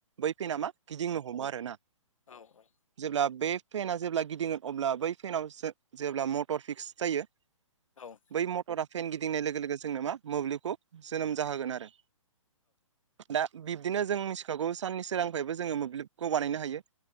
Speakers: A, on the right (about 60°); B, on the left (about 70°).
A: बै फेेनामा गिदिंनो हमो आरोना
B: औ औ
A: जेब्ला बे फेेनआ जेब्ला गिदिंगोन अब्ला बै फेनावो जेब्ला मटर फिक्स जायो
B: औ
A: बै मटरा फेन गिदिंनाय लोगो लोगो जोंनो मा मोब्लिबखौ जोनोम जाहोगोन आरो दा बिब्दिनो जों मिथिखागौ साननि सोरांनिफ्रायबो जोङो मोब्लिबखौ बानायनो हायो।